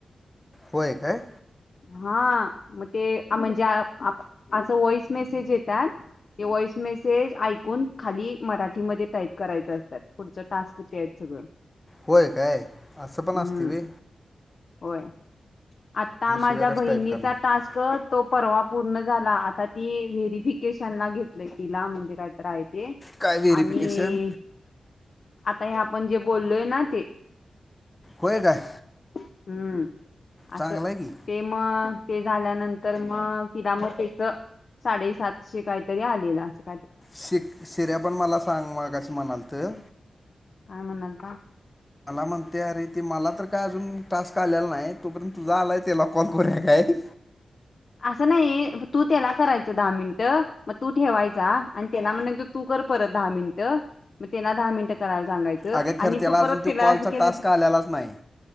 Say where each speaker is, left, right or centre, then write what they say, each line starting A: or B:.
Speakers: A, on the left; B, on the left.
A: होय काय?
B: हा मग ते म्हणजे असं वॉइस मेसेज येतात. ते वॉइस मेसेज ऐकून खाली मराठीमध्ये टाईप करायच असतात पुढचं टास्क ते आहेत सगळं.
A: होय काय असं पण
B: हम्म
A: असते बी
B: होय आता माझ्या
A: शिव्या कशा
B: बहिणीचा
A: टाईप करणार
B: टास्क तो परवा. पूर्ण झाला आता ती व्हेरिफिकेशन ला घेतलय तिला म्हणजे काय तरय.
A: काय व्हेरिफिकेशन
B: आणि आता या. म्हणजे बोललोय ना ते
A: बय काय?
B: हम्म
A: चांगलं
B: असं
A: आहे की
B: ते मग. ते झाल्यानंतर मग तिला मग त्याच साडेसातशे काहीतरी आलेलं असेल.
A: शि शिऱ्या पण मला सांग म कशी म्हणाल तर
B: काय म्ह नजदा.
A: मला म्हणते अरे ते मला तर काय अजून टास्क आलेला नाही, तोपर्यंत तुझा आलाय त्याला कॉल करूया काय? <inaudible>
B: असं नाही, तू त्याला करायचं दहा मिनिटं, मग तू ठेवायचा आणि त्याला म्हणायचं तू कर परत दहा मिनटं, मग त्यानं दहा मिनटं कराय सांगायचं
A: अगं खरं
B: आणि
A: त्याला
B: तू
A: अजून
B: परत
A: तो
B: तिला
A: कॉलचा
B: असं केलं
A: टास्क आलेलाच नाही